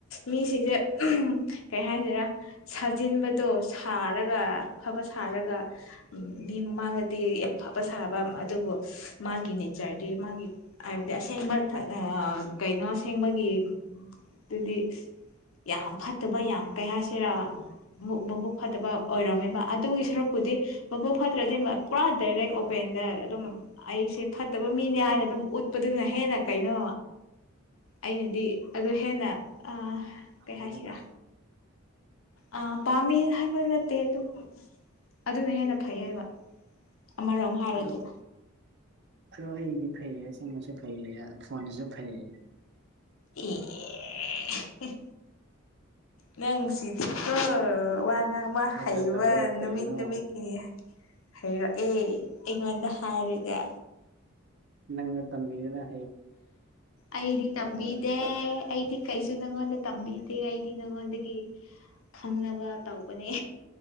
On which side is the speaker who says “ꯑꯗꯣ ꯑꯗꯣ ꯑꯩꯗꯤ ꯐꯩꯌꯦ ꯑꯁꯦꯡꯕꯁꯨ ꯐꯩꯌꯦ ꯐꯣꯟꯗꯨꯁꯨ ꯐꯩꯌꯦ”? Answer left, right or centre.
Right